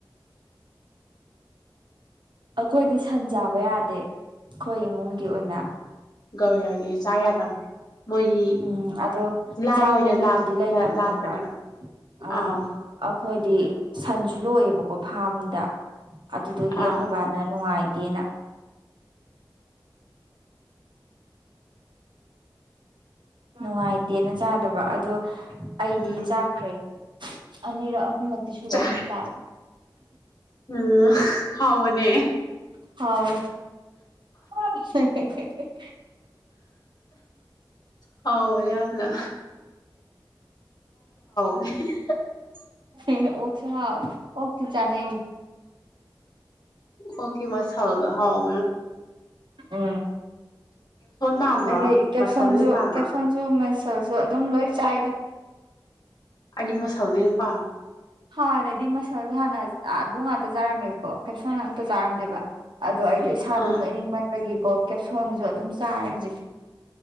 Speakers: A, on the right; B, on the left.
A: ꯑꯩꯈꯣꯏꯗꯤ ꯁꯟ ꯆꯥꯕ ꯌꯥꯗꯦ ꯑꯩꯈꯣꯏ ꯏꯃꯨꯡꯒꯤ ꯑꯣꯏꯅ
B: ꯒꯧꯔꯤꯔꯒꯤ ꯆꯥ ꯌꯥꯗꯕꯅꯦ ꯃꯣꯏꯗꯤ
A: ꯎꯝ ꯑꯗꯣ
B: ꯂꯥꯏ
A: ꯆꯥꯕ
B: ꯑꯣꯏꯅ
A: ꯃꯤꯕꯨꯗꯤ
B: ꯂꯥꯠꯅ
A: ꯂꯩꯅꯕꯅꯦꯕ
B: ꯂꯥꯠꯄꯅꯦꯕ
A: ꯑ
B: ꯑꯥ
A: ꯑꯩꯈꯣꯏ ꯗꯤ ꯁꯟꯁꯨ ꯂꯣꯏꯑꯦꯕꯀꯣ ꯐꯥꯔꯝꯗ ꯑꯗꯨꯗꯒꯤ ꯑꯩꯈꯣꯏ
B: ꯑꯥ
A: ꯕꯥꯅ ꯅꯨꯡꯉꯥꯏꯇꯦ ꯀꯅ ꯅꯨꯡꯉꯥꯏꯇꯦꯅ ꯆꯥꯗꯕ ꯑꯗꯣ ꯑꯩꯗꯤ
B: ꯎꯝ
A: ꯆꯥꯈ꯭ꯔꯦ ꯑꯅꯤꯔ ꯍ ꯅꯛꯇꯤ ꯁꯨꯔꯦ
B: ꯆꯥ
A: ꯑꯩꯅ ꯆꯥꯕ
B: ꯎꯝ ꯍꯥꯎꯅꯦ
A: ꯍꯥꯎ <inaudible> ꯎ <inaudible>
B: ꯍꯥꯎ ꯑꯣ ꯌꯥꯅ <inaudible>
A: ꯑꯣꯁꯨ ꯍꯥꯎ ꯑꯣ ꯊ ꯆꯅꯦ
B: ꯑꯣꯀꯦ ꯃꯥꯁ ꯍ ꯍꯥꯎ
A: ꯎꯝ
B: ꯄꯥꯝꯕ꯭ꯔꯣ
A: ꯑꯩꯗꯤ ꯀꯦꯞꯁꯣꯟꯖꯨ
B: ꯃꯁꯜꯅ ꯍꯦꯟꯅ ꯄꯥꯝꯕ꯭ꯔꯣ
A: ꯀꯦꯞꯁꯟꯖꯨ ꯃꯁ ꯁꯜꯖꯨ ꯑꯗꯨꯝ ꯂꯣꯏ ꯆꯥꯏꯗ
B: ꯑꯩꯗꯤ ꯃꯁꯜꯖꯦ ꯑꯣꯏ ꯄꯥꯥꯝ
A: ꯍꯥꯟꯅꯗꯤ ꯃꯁꯜ ꯍꯥꯟꯅ ꯑꯥꯗꯨ ꯉꯥꯛꯇ ꯆꯥꯔꯝꯃꯦꯕꯀꯣ ꯀꯦꯞꯁꯟ ꯑꯝꯇ ꯆꯥꯔꯝꯗꯦꯕ ꯑꯗꯣ ꯑꯩꯗꯤ ꯏꯁꯥꯗꯣ
B: ꯑꯥ
A: ꯅꯣꯏꯅꯤꯡꯃꯟ ꯕꯒꯤꯀꯣ ꯀꯦꯞꯁꯣꯟꯁꯨ ꯑꯗꯨꯝ ꯆꯥꯔꯦ ꯍꯧꯖꯤꯛꯇꯤ